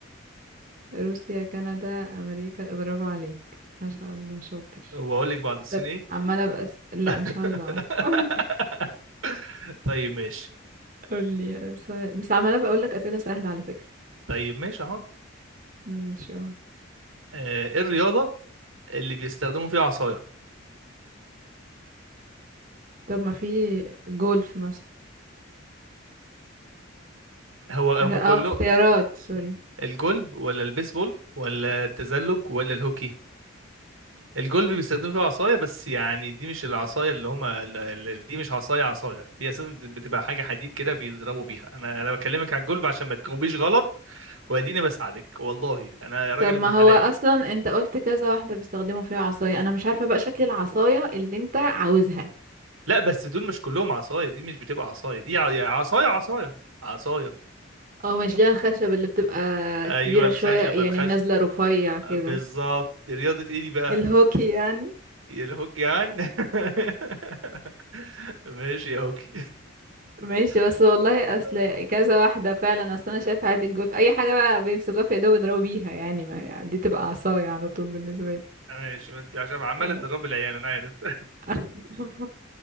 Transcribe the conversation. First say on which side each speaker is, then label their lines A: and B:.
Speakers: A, on the right (about 40°); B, on the right (about 85°).
A: روسيا كندا أمريكا برافو عليك ما شاء الله شاطر
B: واقول لك بعد الصين
A: طب
B: ايه
A: عمالة بأس... لا
B: <laughs>
A: مش عاوزة أعرف <laughs>
B: طيب ماشي
A: قولي سؤال بس عمالة بقولك أسئلة سهلة على فكرة
B: طيب ماشي حاضر
A: ماشي اه
B: آه، ايه الرياضه اللي بيستخدموا فيها عصايه
A: طب ما في جولف مثلا
B: هو هم
A: اه
B: كله
A: اختيارات سوري
B: الجولف ولا البيسبول ولا التزلج ولا الهوكي الجولف بيستخدموا فيها عصايه بس يعني دي مش العصايه اللي هما ال- ال- دي مش عصايه عصايه دي اساسا بتبقى حاجه حديد كده بيضربوا بيها انا انا بكلمك عن الجولف عشان ما تجاوبيش غلط واديني بساعدك والله انا يا راجل
A: طب
B: ابن
A: ما
B: حلال
A: هو اصلا انت قلت كذا واحده بيستخدموا فيها عصايه انا مش عارفه بقى شكل العصايه اللي انت عاوزها
B: لا بس دول مش كلهم عصايه دي مش بتبقى عصايه دي ع- عصايه عصايه عصايه
A: او مش ليها الخشب اللي بتبقى
B: ايوه
A: كبيره
B: الخشب
A: شويه
B: الخشب
A: يعني ونازله رفيع كده
B: بالظبط رياضه ايه دي بقى
A: الهوكي يعني
B: يا الهوك يعني <laughs> ماشي يا هوكي
A: ماشي بس
B: <laughs>
A: والله اصل كذا واحده فعلا اصل انا شايفه عادي الجولف اي حاجه بقى بيمسكوها في ايدهم يضربوا بيها يعني ما يعني دي تبقى عصايه على طول بالنسبه لي
B: ماشي ما انت عشان عمالة
A: لا لا
B: تضرب العيال انا عارف
A: <laughs>